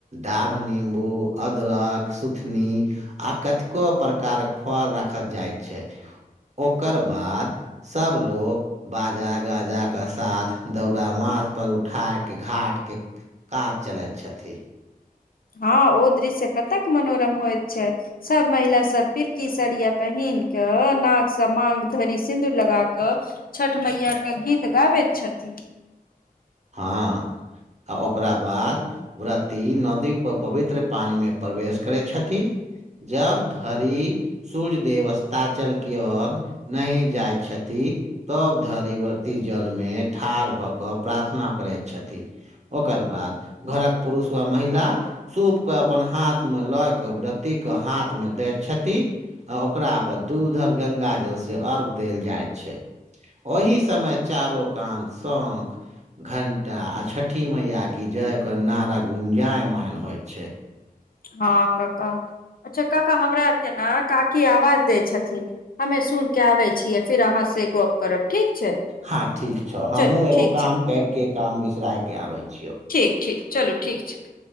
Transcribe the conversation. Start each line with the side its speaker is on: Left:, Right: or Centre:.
Right: डाभ नीमबू अदरक सुथनी आ कतेको प्रकारक फल राखल जाइत छै ओकर बाद सब लोक बाजा गाजाके साथ दौड़ा माथपर उठााय कऽ घाटके कात चलैत छथि
Left: हँ ओ दृश्य कतक मनोरम होइत छै सभ महिला सब पिड़की सड़िया पहिन क नाकसँ मांग धरी सिन्दूर लगा कऽ छठ मैय के गीत गाबैत छथिन
Right: हँ आ ओकरा बाद ओकरा पुरा दिन नदी पवित्र पानी मे प्रवेश करै छथिन जब धरि सूर्य देव अस्ताचल क और नही जाय छथि तब धरि व्रती जल मे ठाड़ भऽ कऽ प्रार्थना करैत छथि ओकर बाद घरक पुरुष वा महिला सूपकेँ अपन हाथमे लऽ कऽ व्रतीके हाथमे दै छथि आ ओकरा पर दू उधर गंगा जलस अर्घ्य देल जाइ छै ओहि समय चारो कान शौख घण्टा आ छठि मैया कि जा कऽ नारा गुञ्जायमायन होइत छै
Left: हँ काका अच्छा काका हमरा आर के ने काकी आवाज दै छथिन हमे सुन के आबै छियै फिर अहाँ से गप करब ठीक छै
Right: हँ ठीक छौ हमहु
Left: चलू
Right: एगो
Left: ठीक
Right: काम
Left: छै
Right: कर के काम बिसराय के आबे छियौ
Left: ठीक ठीक चलू ठीक छै